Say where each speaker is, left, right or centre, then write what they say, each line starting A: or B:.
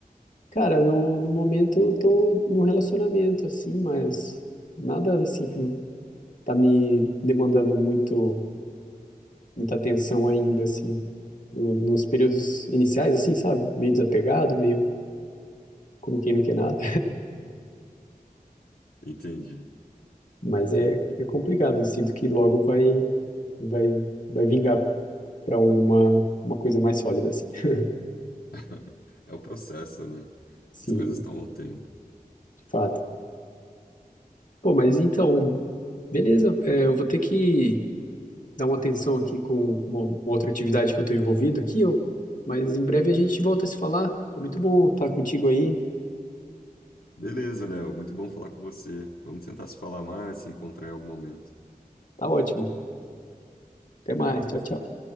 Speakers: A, on the left; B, on the left.
A: Cara, no, no momento eu tô num relacionamento, assim, mas nada, assim, que tá me demandando muito, muita atenção ainda, assim. No- nos períodos iniciais, assim, sabe? Meio desapegado, meio como quem não quer nada.
B: Entendi,
A: Mas
B: entendi.
A: é, é complicado. Eu sinto que logo vai, vai, vai vingar para alguma uma coisa mais sólida, assim. <laughs>
B: <laughs> É o processo, né?
A: Sim,
B: As coisas tomam tempo.
A: de fato. Pô, mas então, beleza. é, eu vou ter que dar uma atenção aqui com uma, uma outra atividade que eu estou envolvido aqui. Eu, mas em breve a gente volta a se falar. Foi muito bom estar contigo aí.
B: Beleza, Léo, muito bom falar com você. Vamos tentar se falar mais, se encontrar em algum momento.
A: Tá ótimo. Até mais.
B: Até mais.
A: Tchau, tchau.